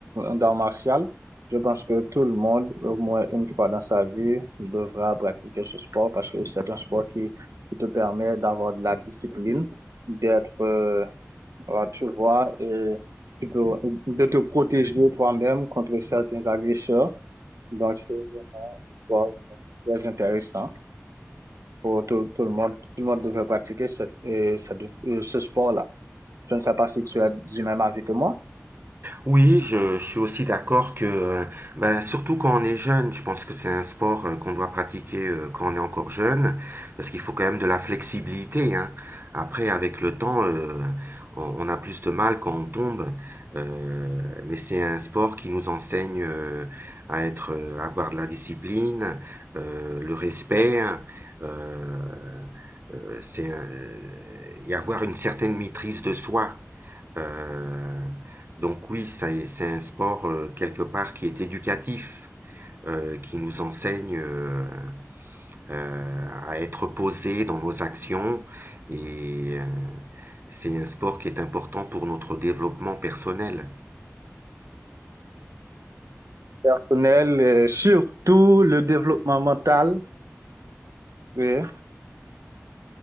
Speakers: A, on the right (about 80°); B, on the right (about 45°).
A: dans martial, je pense que tout le monde, au moins une fois dans sa vie, devra pratiquer ce sport parce que c'est un sport qui, qui te permet d'avoir de la discipline, d'être, euh, euh, tu vois, et tu peux, de te protéger toi-même contre certains agresseurs. Donc, c'est un sport très intéressant pour tout, tout le monde. Tout le monde devrait pratiquer ce, euh, cette- euh, ce sport-là. Je ne sais pas si tu as du même avis que moi.
B: Oui, je, je suis aussi d'accord que, euh, ben, surtout quand on est jeune, je pense que c'est un sport euh, qu'on doit pratiquer euh, quand on est encore jeune, parce qu'il faut quand même de la flexibilité, hein. Après, avec le temps, euh, on, on a plus de mal quand on tombe, euh, mais c'est un sport qui nous enseigne euh, à être, euh, à avoir de la discipline, euh, le respect, hein. euh, euh, c'est un- euh, et avoir une certaine maîtrise de soi. Euh, donc oui, c'est un sport euh, quelque part qui est éducatif, euh, qui nous enseigne euh, euh, à être posé dans nos actions et euh, c'est un sport qui est important pour notre développement personnel.
A: Personnel, euh, surtout le développement mental. Oui,